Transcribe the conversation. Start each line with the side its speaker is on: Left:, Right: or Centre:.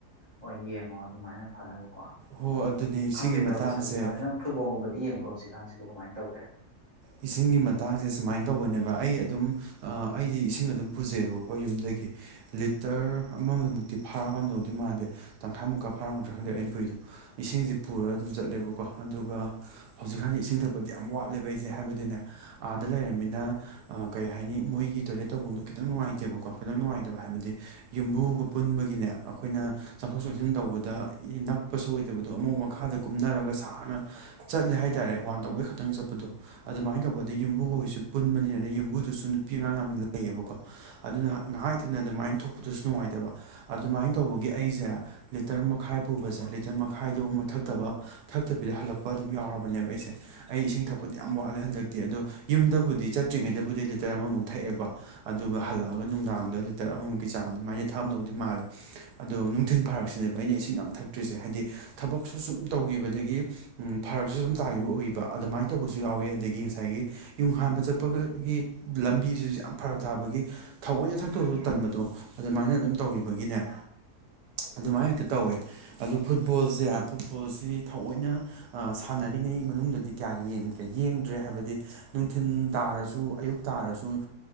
Left: ꯍꯣꯏ ꯌꯦꯡꯉꯣ ꯑꯗꯨꯃꯥꯏꯅ ꯐꯅꯕꯣꯠ
Right: ꯍꯣ ꯑꯗꯨꯅꯤ
Left: ꯈꯪꯗꯦ
Right: ꯁꯤꯒꯤ ꯃꯇꯥꯡꯁꯦ
Left: ꯇꯔꯤꯦ ꯍꯧꯛꯀꯥꯟꯗꯤ ꯅꯪ ꯐꯨꯕꯣꯜꯒꯨꯝꯕꯗꯤ ꯌꯦꯡꯕ ꯍꯧꯖꯤꯛꯀꯥꯟꯁꯤꯕꯨ ꯀꯃꯥꯏꯅ ꯇꯧꯒꯦ
Right: ꯏꯁꯤꯡꯒꯤ ꯃꯇꯥꯡꯁꯦ ꯁꯨꯃꯥꯏꯅ ꯇꯧꯕꯅꯦꯕ ꯑꯩ ꯑꯗꯨꯝ ꯑꯩꯗꯤ ꯏꯁꯤꯡ ꯑꯗꯨꯝ ꯄꯨꯖꯩꯑꯕꯀꯣ ꯌꯨꯝꯗꯒꯤ ꯂꯤꯇꯔ ꯑꯃꯝ ꯇꯤ ꯐꯥꯔꯑꯝꯗꯧꯗꯤ ꯃꯥꯟꯗꯦ ꯇꯪꯈꯥꯏꯃꯨꯛꯀ ꯐꯥꯔꯝꯒꯗ꯭ꯔ ꯈꯪꯗꯦ ꯑꯩ ꯏꯄꯨꯏꯗꯣ ꯏꯁꯤꯡꯁꯤ ꯄꯨꯔꯒ ꯑꯗꯨꯝ ꯆꯠꯂꯦꯕꯀꯣ ꯑꯗꯨꯒ ꯍꯧꯖꯤꯛꯀꯥꯟꯗꯤ ꯏꯁꯤꯡ ꯊꯛꯄꯗꯤ ꯌꯥꯝ ꯋꯥꯠꯂꯤꯦꯕ ꯑꯩ ꯍꯥꯏꯕꯅꯦ ꯑꯥꯗ ꯂꯩꯔꯅꯤꯅ ꯀꯩ ꯍꯥꯏꯅꯤ ꯃꯣꯏꯒꯤ ꯇꯣꯏꯂꯦ ꯇꯧꯕ ꯈꯤꯇꯪ ꯅꯨꯡꯉꯥꯏꯇꯦꯕꯀꯣ ꯈꯤꯇꯪ ꯅꯨꯡꯉꯥꯏꯇꯕ ꯍꯥꯏꯕꯗꯤ ꯌꯨꯝꯕꯨꯒ ꯄꯨꯟꯕꯒꯤꯅꯦ ꯑꯩꯈꯣꯏꯅ ꯆꯪꯊꯣꯛ ꯆꯪꯁꯤꯟ ꯇꯧꯕꯗ ꯅꯛꯄꯁꯨ ꯑꯣꯏꯗꯕꯗꯣ ꯑꯃꯨꯛ ꯃꯈꯥꯗ ꯀꯨꯝꯅꯔꯒ ꯁꯥꯡꯅ ꯆꯠꯂꯦ ꯍꯥꯏꯇꯥꯔꯦ ꯋꯥꯟ ꯇꯧꯕꯩ ꯈꯛꯇꯪ ꯆꯠꯄꯗꯣ ꯑꯗꯨꯃꯥꯏꯅ ꯇꯧꯕꯗ ꯌꯨꯝꯕꯨꯒ ꯍꯣꯏꯁꯨ ꯄꯨꯟꯕꯅꯤꯅ ꯌꯨꯝꯕꯨꯗꯨꯁꯨ ꯅꯨꯄꯤ ꯑꯉꯥꯡ ꯌꯥꯝ ꯂꯩꯌꯦꯕꯀꯣ ꯑꯗꯨꯅ ꯉꯥꯏꯍꯥꯏꯇꯅ ꯑꯗꯨꯃꯥꯏꯅ ꯊꯣꯛꯣꯛꯄꯗꯨꯁꯨ ꯅꯨꯡꯉꯥꯏꯇꯕ ꯑꯗꯨꯃꯥꯏꯅ ꯇꯧꯕꯒꯤ ꯑꯩꯁꯦ ꯂꯤꯇꯔ ꯃꯈꯥꯏ ꯄꯨꯕꯁꯦ ꯂꯤꯇꯔ ꯃꯈꯥꯏꯗꯨ ꯃꯣꯏ ꯊꯛꯇꯕ ꯊꯛꯇꯕꯤꯗ ꯍꯜꯂꯛꯄ ꯑꯗꯨꯝ ꯌꯥꯎꯔꯕꯅꯦꯕ ꯑꯩꯁꯦ ꯑꯩ ꯏꯁꯤꯡ ꯊꯛ ꯌꯥꯝ ꯋꯥꯠꯂꯦ ꯍꯟꯗꯛꯇꯤ ꯑꯗꯣ ꯌꯨꯝꯗꯕꯨꯗꯤ ꯆꯠꯇ꯭ꯔꯤꯉꯩꯗꯕꯨꯗꯤ ꯂꯤꯇꯔ ꯑꯃꯃꯨꯛ ꯊꯛꯑꯦꯀꯣ ꯑꯗꯨꯒ ꯍꯜꯂꯛꯑꯒ ꯅꯨꯡꯗꯥꯡꯗ ꯂꯤꯇꯔ ꯑꯍꯨꯝꯃꯨꯛꯀꯤ ꯆꯥꯡ ꯑꯗꯨꯃꯥꯏꯅ ꯊꯝꯗꯧꯗꯤ ꯃꯥꯜꯂꯦ ꯑꯗꯣ ꯅꯨꯡꯊꯤꯜ ꯐꯥꯔꯛꯁꯤꯅꯦꯕ ꯑꯩꯅ ꯏꯁꯤꯡ ꯌꯥꯝ ꯊꯛꯇ꯭ꯔꯤꯁꯦ ꯍꯥꯏꯗꯤ ꯊꯕꯛꯁꯨ ꯁꯨꯝ ꯇꯧꯈꯤꯕꯗꯒꯤ ꯐꯥꯔꯛꯁꯨ ꯁꯨꯝ ꯇꯥꯈꯤꯕ ꯎꯏꯕ ꯑꯗꯨꯃꯥꯏꯅ ꯇꯧꯕꯁꯨ ꯌꯥꯎꯋꯤ ꯑꯗꯒꯤ ꯉꯁꯥꯏꯒꯤ ꯌꯨꯝ ꯍꯥꯟꯕ ꯆꯠꯄꯒꯤ ꯂꯝꯕꯤꯁꯤꯁꯨ ꯌꯥꯝ ꯐꯔꯛ ꯇꯥꯕꯒꯤ ꯊꯑꯣꯏꯅ ꯊꯛꯇꯕꯁꯨ ꯗꯣ ꯑꯗꯨꯃꯥꯏꯅ ꯑꯗꯨꯝ ꯇꯧꯈꯤꯕꯒꯤꯅꯦ ꯑꯗꯨꯃꯥꯏꯅ ꯍꯦꯛꯇ ꯇꯧꯋꯦ ꯑꯗꯨ ꯐꯨꯠꯕꯣꯜꯁꯦ ꯐꯨꯠꯕꯣꯜꯁꯤ ꯊꯑꯣꯏꯅ ꯁꯥꯟꯅꯔꯤꯉꯩ ꯃꯅꯨꯡꯗꯗꯤ ꯀꯌꯥ ꯌꯦꯡꯗ꯭ꯔꯦ ꯌꯦꯡꯗ꯭ꯔꯦ ꯍꯥꯏꯕꯗꯤ ꯅꯨꯡꯊꯤꯜ ꯇꯥꯔꯁꯨ ꯑꯌꯨꯛ ꯇꯥꯔꯁꯨ